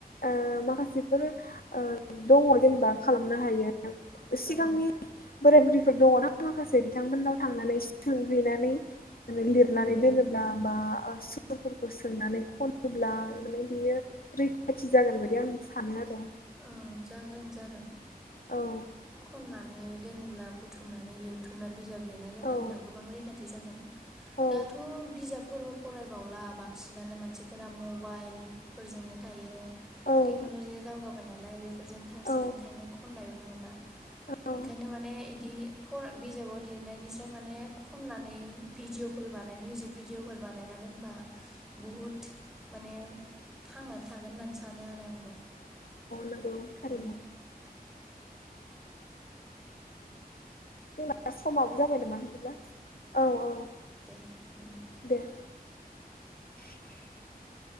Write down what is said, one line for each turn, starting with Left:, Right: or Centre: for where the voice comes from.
Left: ओ माखासेफोर दंङ जेनेबा खालामनो हायो सिगांनि
Centre: औ
Left: बोराय बुरै फोर दंङ ना माखासे बिथांमोननाव थांनानै सोंहैनानै लिरनानै
Centre: उम
Left: दोनोब्ला
Centre: उम
Left: बा ओ सुरफोर खौ सोंनानै खनोब्ला माने बेयो रैखाथि जागोन बायदि आं सानो आरो
Centre: औ जागोन जागोन
Left: औ
Centre: खननानै बेहाय दोनोब्ला बुथुमनानै लिरथुमना बिजाब लिरना दोनोब्ला
Left: औ
Centre: गोबां रैखाथि जागोन
Left: औ
Centre: दाथ बिजाब फोरबो फरायबावला बांसिनानो मानसिफोरा मबाइल फोरजोंनो थायो
Left: औ
Centre: टेक्नलजिया दावगाबाय नालाय बेफोरजोंनो थासै
Left: औ
Centre: ओंखायनो खननायबो नुला
Left: औ
Centre: ओंखायनो माने बिदि फ बिजाबाव लिरनायनिस्राय माने खननानै भिडिअफोर बानाय मिउजिक भिडिअफोर बानायना दोनबा बहुद माने थांनानै थागोन होननानै सानो आरो आंबो
Left: नोंगौ थारैनो।
Centre: उम
Left: जोंना समाबो जाबाय नामा बिदिब्ला औ औ
Centre: दे उम।
Left: दे। <unintelligible>